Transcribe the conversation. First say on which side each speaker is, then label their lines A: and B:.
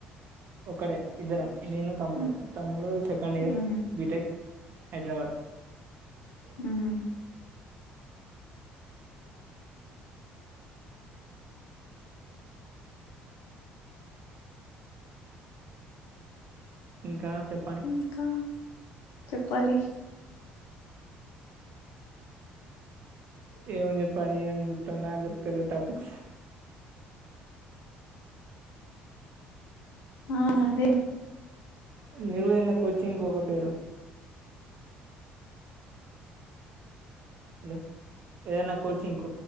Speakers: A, on the right (about 45°); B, on the left (about 55°).
A: ఒక్కడె ఇద్దరం నేను తమ్ముడు
B: ఉహు
A: తమ్ముడు సెకండ్ ఇయర్
B: ఉమ్
A: బీటెక్ హైద్రాబాద్
B: ఉమ్
A: ఇంకా చెప్పాలి
B: ఇంకా చెప్పాలి
A: ఏమని చెప్పాలి అని తున్న దొరుకుతలె టాపిక్స్
B: ఆహ్ అదే
A: మీరు ఏమన్న కోచింగ్ పోకపోయిరు హలో ఏదన్న కోచింగ్కు